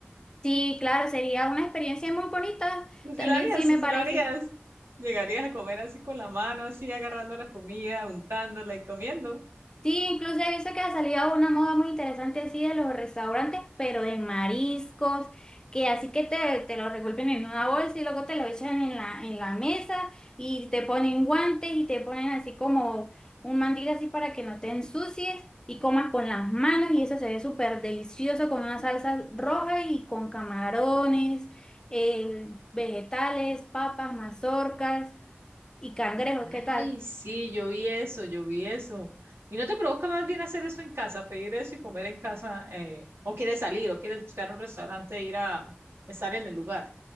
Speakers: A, on the left; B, on the right.
A: Sí, claro, sería una experiencia muy bonita.
B: Tú sí
A: También
B: lo harías,
A: sí me
B: tú
A: parece.
B: sí lo harías. Llegarías a comer así con la mano, así agarrando la comida, untándola y comiendo.
A: Sí, incluso he visto que ha salido una moda muy interesante así de los restaurantes, pero de mariscos, que así que te, te lo revuelven en una bolsa y luego te lo echan en la, en la mesa y te ponen guantes y te ponen así como un mandil así para que no te ensucies y comas con las manos y eso se ve súper delicioso con una salsa roja y con camarones, eh, vegetales, papas, mazorcas y cangrejos,
B: Ay,
A: ¿qué tal?
B: sí, yo vi eso, yo vi eso. ¿Y no te provoca más bien hacer eso en casa, pedir eso y comer en casa? eh, ¿o quieres salir, o quieres buscar un restaurante e ir a estar en el lugar?